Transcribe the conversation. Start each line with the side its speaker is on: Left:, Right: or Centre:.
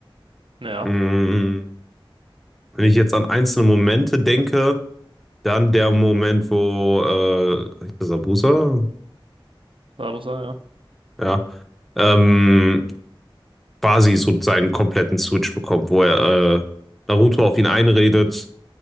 Right: Ja,
Centre: Mhm. Wenn ich jetzt an einzelne Momente denke, dann der Moment, wo äh, hieß das Abusa,
Right: Sabusa, ja.
Centre: ja, ähm, quasi so seinen kompletten Switch bekommt, wo er äh, Naruto auf ihn einredet